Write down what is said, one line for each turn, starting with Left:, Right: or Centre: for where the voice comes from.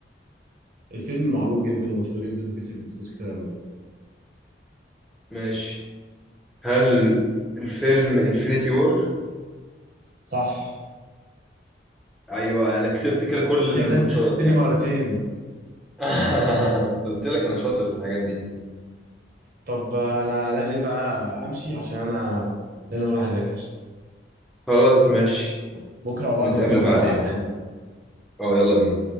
Right: الفيلم معروف جدا ومشهور جدا وكسب فلوس كتير قوي
Centre: ماشي هل الفيلم انفينيتي وور؟
Right: صح
Centre: أيوة أنا كسبت كده كل الماتشات
Right: يعني انت كسبتني
Centre: يعني
Right: مرتين
Centre: <laughs> قلت لك أنا شاطر في الحاجات دي
Right: طب آه، انا لازم بقى امشي عشان انا لازم اروح اذاكر
Centre: خلاص ماشي
Right: بكره او بعده
Centre: نتقابل
Right: ممكن نبقى
Centre: بعدين
Right: نلعب تاني
Centre: اه يلا بينا